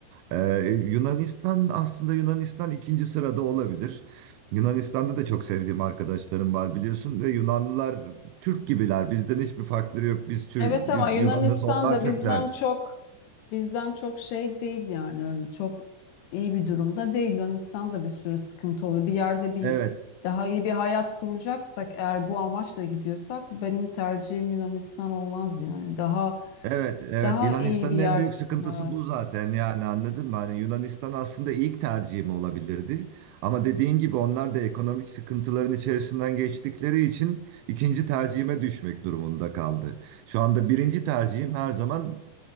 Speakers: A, on the right (about 80°); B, on the left (about 70°).
A: Ee, Yunanistan aslında Yunanistan ikinci sırada olabilir. Yunanistan'da da çok sevdiğim arkadaşlarım var biliyorsun ve Yunanlılar Türk gibiler. Bizden hiçbir farkları yok. Biz Türk,
B: Evet ama
A: biz
B: Yunanistan
A: Yunanız, onlar
B: da
A: Türkler.
B: bizden çok bizden çok şey değil yani öyle çok iyi bir durumda değil. Yunanistan'da bir sürü sıkıntı oluyor. Bir yerde bir
A: Evet.
B: daha iyi bir hayat kuracaksak eğer bu amaçla gidiyorsak benim tercihim Yunanistan olmaz yani. Daha
A: Evet, evet.
B: daha
A: Yunanistan'ın
B: iyi bir yer.
A: en büyük sıkıntısı
B: Evet.
A: bu zaten yani anladın mı? Hani Yunanistan aslında ilk tercihim olabilirdi. Ama dediğin gibi onlar da ekonomik sıkıntıların içerisinden geçtikleri için ikinci tercihime düşmek durumunda kaldı. Şu anda birinci tercihim her zaman